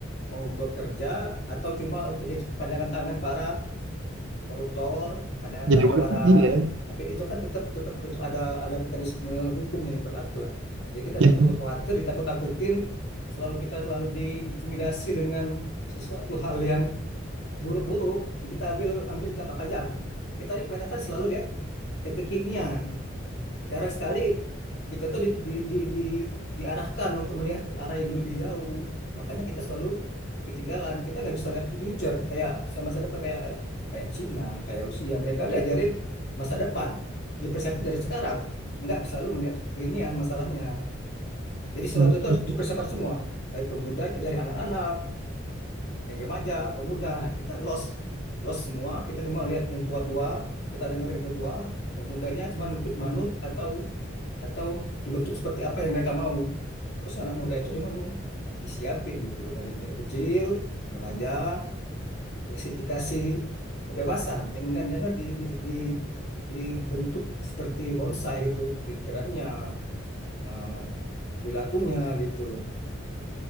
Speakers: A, on the left (about 55°); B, on the right (about 65°).
A: mau bekerja atau cuma untuk jadi kepanjangan tangan para koruptor, panjangan
B: Jadi
A: tangan para
B: iya.
A: eh, tapi itu kan tetap tetap tetap ada ada mekanisme hukum yang berlaku lah. Jadi kita
B: Jadi,
A: nggak perlu khawatir ditakut-takutin selalu kita selalu diintimidasi dengan sesuatu hal yang buruk-buruk kita ambil ambil jangka panjang. Nah, kita ini kebanyakan selalu lihat yang kekinian. Jarang sekali kita tuh di, di, di, di, diarahkan untuk melihat ke arah yang lebih jauh. Makanya kita selalu ketinggalan. Kita nggak bisa lihat future kayak masa depan kayak kayak, kayak Cina, kayak Rusia. Mereka diajarin masa depan, dipersiapkan dari sekarang. Nggak selalu melihat kekinian masalahnya. Jadi sesuatu
B: hmm,
A: itu harus dipersiapkan semua. Baik pemuda dari anak-anak, yang remaja, pemuda. Nah, kita lost lost semua. Kita cuma lihat yang tua-tua, kita dengerin yang tua-tua, yang mudanya cuma nukut manut atau atau dibentuk seperti apa yang mereka mau. Terus anak muda itu dia mau disiapin gitu dari dari kecil remaja dikasih, dikasih kebebasan jangan jangan di, di, di dibentuk seperti bonsai gitu pikirannya eh, perilakunya gitu